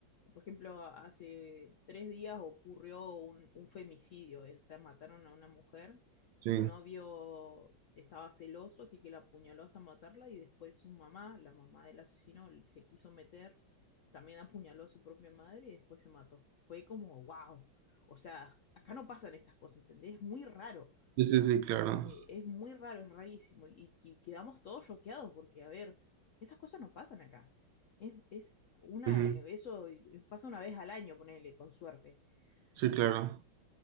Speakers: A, on the left; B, on the right.
A: Por ejemplo, a- hace tres días ocurrió un, un femicidio, eh, o sea, mataron a una mujer,
B: Sí,
A: su novio estaba celoso, así que la apuñaló hasta matarla y después su mamá, la mamá del asesino, se quiso meter, también apuñaló a su propia madre y después se mató. Fue como, wow, o sea, acá no pasan estas cosas, ¿entendés? Es muy raro
B: sí, sí, sí, claro.
A: eh, es muy raro, es rarísimo. Y, y quedamos todos choqueados porque, a ver, esas cosas no pasan acá. Es, es una,
B: Ujú,
A: eh, eso eh, pasa una vez al año, ponele, con suerte.
B: Sí, claro.
A: Y,